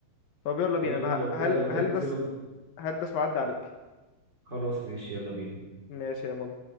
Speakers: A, on the left; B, on the right.
A: طب يلا
B: يلا
A: بينا انا
B: بينا لو كده
A: ه- هل
B: لو كده
A: هلبس
B: ننزل ون-
A: هلبس واعدي عليك
B: خلاص ماشي يلا بينا
A: ماشي يا منى